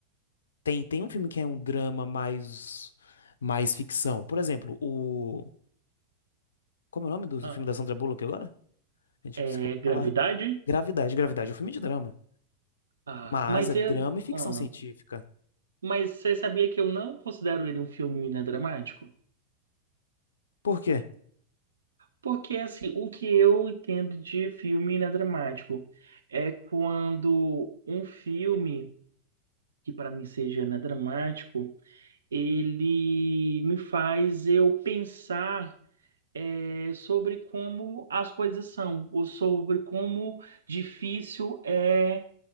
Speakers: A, on the left; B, on the right.
A: Tem, tem um filme que é um drama mais mais ficção. Por exemplo, o como é o nome do filme
B: Ah,
A: da Sandra Bullock agora? A gente
B: é
A: se acabou
B: Gravidade?
A: de falar. Gravidade, Gravidade é um filme de drama,
B: Ah,
A: mas
B: mas
A: é drama
B: eu,
A: e ficção
B: ah,
A: científica.
B: Mas você sabia que eu não considero ele um filme inadramático?
A: Por quê?
B: Porque, assim, o que eu entendo de filme inadramático é quando um filme, que para mim seja inadramático, ele me faz eu pensar eh, sobre como as coisas são, ou sobre como difícil é